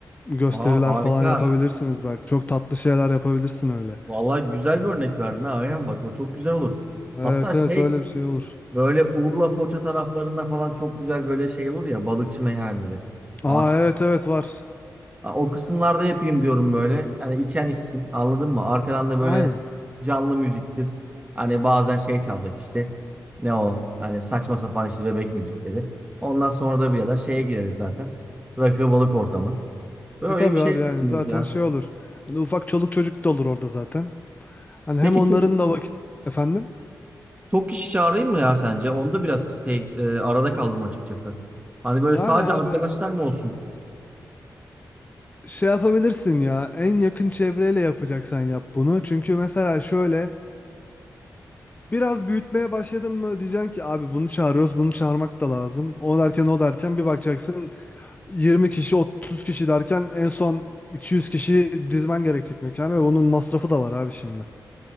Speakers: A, on the left; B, on the right.
A: gösteriler
B: Aa, harika.
A: falan yapabilirsiniz belki. Çok tatlı şeyler yapabilirsin öyle.
B: Vallahi güzel bir örnek verdin ha. Aynen bak o çok güzel olur.
A: Evet
B: Hatta şey
A: evet öyle bir şey olur.
B: böyle Urla Foça taraflarında falan çok güzel böyle şey olur ya balıkçı meyhaneleri.
A: Aa
B: Aslında
A: evet evet var.
B: Ha, O kısımlarda yapayım diyorum böyle. Yani içen içsin. Anladın mı? Arkadan da böyle
A: Aynen.
B: canlı müziktir. Hani bazen şey çalacak işte. Ne o? Hani saçma sapan işte bebek müzikleri. Ondan sonra da birader şeye gireriz zaten. Rakı balık ortamı. Böyle
A: E tabii
B: bir şey
A: abi
B: yapıyoruz
A: yani zaten
B: ya.
A: şey olur. Hani ufak çoluk çocuk da olur orada zaten. Hani
B: Peki
A: hem onların
B: çok
A: da vakit efendim.
B: çok kişi çağırayım mı ya sence? Onda biraz şey e, arada kaldım açıkçası. Hani böyle
A: Yani
B: sadece
A: abi
B: arkadaşlar mı olsun?
A: şey yapabilirsin ya en yakın çevreyle yapacaksan yap bunu. Çünkü mesela şöyle Biraz büyütmeye başladın mı diyeceksin ki abi bunu çağırıyoruz bunu çağırmak da lazım. O derken o derken bir bakacaksın 20 kişi 30 kişi derken en son 200 kişi dizmen gerekecek mekana ve bunun masrafı da var abi şimdi.